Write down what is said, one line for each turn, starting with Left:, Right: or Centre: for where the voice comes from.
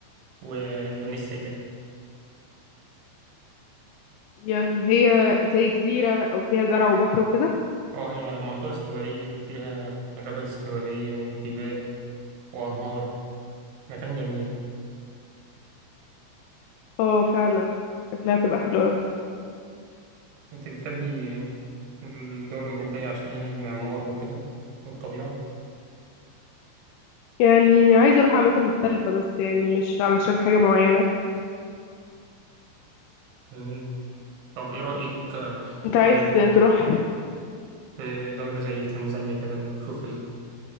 Right: واندونيسيا كده
Left: يعني هي زي جزيرة أو فيها زرع وبحر وكده؟
Right: اه هي منطقة استوائية فيها غابات استوائية وجبال وانهار مكان جميل
Left: اه فعلا شكلها تبقى حلوة أوي
Right: انت بتحبي الدول الأوروبية عشان يعني المعمار وكده والطبيعة
Left: يعني عايزة أروح أماكن مختلفة بس يعني مش علشان حاجة معينة
Right: مم. طب ايه رأيك آه،
Left: أنت
Right: في
Left: عايز تروح
Right: في دولة زي تنزانيا كده نشوف ال-